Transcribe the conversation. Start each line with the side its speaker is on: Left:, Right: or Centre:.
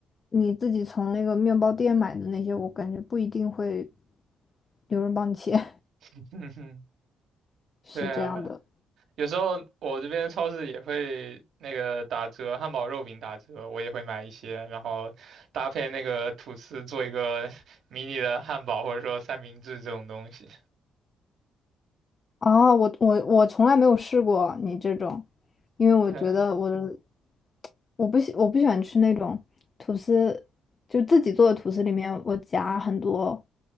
Left: 你自己从那个面包店买的那些，我感觉不一定会有人帮你切，
Right: <laughs> 哼哼，
Left: <laughs> 是这样的。
Right: 对啊，有时候我这边超市也会那个打折，汉堡肉饼打折，我也会买一些，然后搭配那个吐司做一个 <laughs> 迷你的汉堡或者说三明治这种东西。
Left: 哦，我我我从来没有试过你这种，因为我觉得我的
Right: 对啊。
Left: 我不喜我不喜欢吃那种吐司，就自己做的吐司里面我夹很多